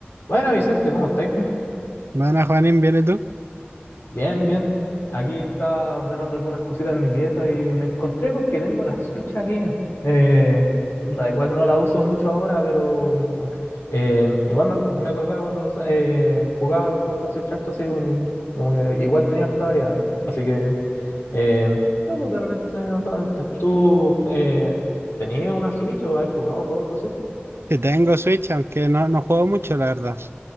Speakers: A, on the left; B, on the right.
A: Bueno, Vicente, ¿cómo estáis?
B: Bueno, Juanín, ¿vienes tú?
A: Bien, bien. Aquí estaba ordenando algunas cositas en mi pieza y me encontré con que tengo la Switch aquí. Eh, da igual no la uso mucho ahora, pero eh, igual me, me acordaba cuando los, eh, jugaba los juegos de la Switch harto, así un- como que igual tenía harta variedad. Así que eh, no, pues, de repente se me vino a la mente. ¿Tú eh, tenías una Switch o has jugado juegos de Switch?
B: Sí, tengo Switch, aunque no, no juego mucho, la verdad.